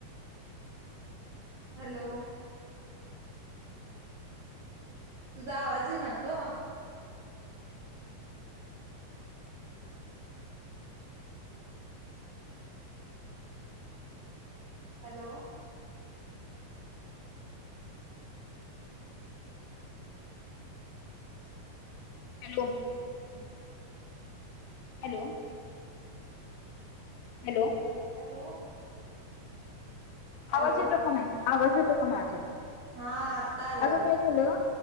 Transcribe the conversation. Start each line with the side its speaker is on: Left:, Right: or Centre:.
Right: hello तुझा आवाज ये ना ग. हॅलो.
Left: हॅलो.
Right: हम्म.
Left: हॅलो हॅलो
Right: हॅलो हॅलो.
Left: आवाज येतो का नाही आवाज येतो का माझा
Right: हा आत्ता आला
Left: अगं
Right: बघ.
Left: काय झालं